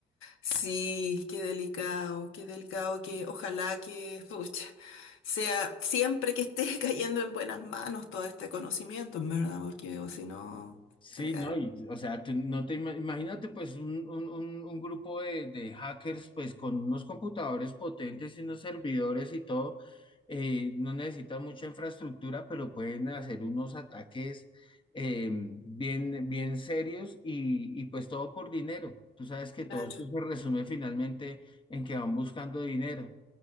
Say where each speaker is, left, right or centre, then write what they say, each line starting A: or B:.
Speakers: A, on the left; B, on the left.
A: Sí, qué delicado, qué delicado, que ojalá que pucha, sea siempre que esté <laughs> cayendo en buenas manos todo este conocimiento, en verdad, porque o si no,
B: Sí,
A: eh,
B: ¿no? Y, o sea, tú no te ima- imagínate pues un, un- un- un grupo de, de hackers pues con unos computadores potentes y unos servidores y todo, eh, no necesitan mucha infraestructura, pero pueden hacer unos ataques eh, bien, bien serios y, y pues todo por dinero. Tú sabes que
A: claro,
B: todo esto se resume finalmente en que van buscando dinero.